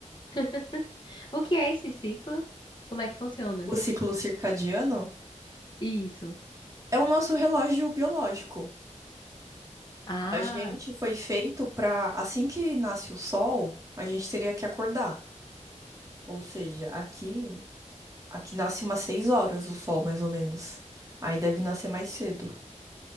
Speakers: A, on the left; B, on the right.
A: <laughs> O que é esse ciclo? Como é que funciona?
B: O ciclo circadiano
A: Isso.
B: é o nosso relógio biológico.
A: Ah,
B: A gente foi feito pra, assim que nasce o sol, a gente teria que acordar. Ou seja, aqui, aqui nasce umas seis horas o sol, mais ou menos. Aí deve nascer mais cedo.